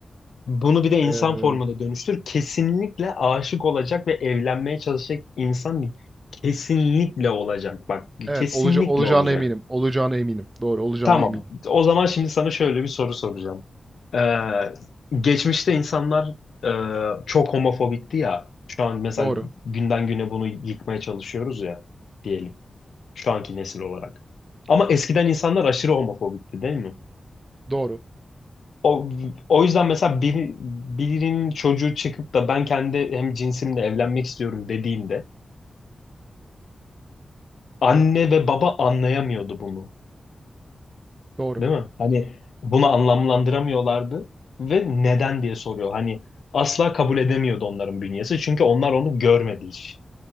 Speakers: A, on the left (about 80°); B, on the right (about 30°).
A: Bunu bir de insan
B: Ee,
A: formuna dönüştür. Kesinlikle aşık olacak ve evlenmeye çalışacak insan değil. Kesinlikle olacak. Bak,
B: evet
A: kesinlikle
B: olaca olacağına
A: olacak.
B: eminim. Olacağına eminim. Doğru olacağına
A: Tamam.
B: eminim.
A: O zaman şimdi sana şöyle bir soru soracağım. Ee, geçmişte insanlar e, çok homofobikti ya. Şu an mesela
B: Doğru.
A: günden güne bunu yıkmaya çalışıyoruz ya diyelim. Şu anki nesil olarak. Ama
B: Evet.
A: eskiden insanlar aşırı homofobikti değil mi?
B: Doğru.
A: O, o yüzden mesela biri, birinin çocuğu çıkıp da ben kendi hem cinsimle evlenmek istiyorum dediğinde anne ve baba anlayamıyordu bunu.
B: Doğru.
A: Değil mi? Hani bunu anlamlandıramıyorlardı ve neden diye soruyor. Hani asla kabul edemiyordu onların bünyesi. Çünkü onlar onu görmedi hiç.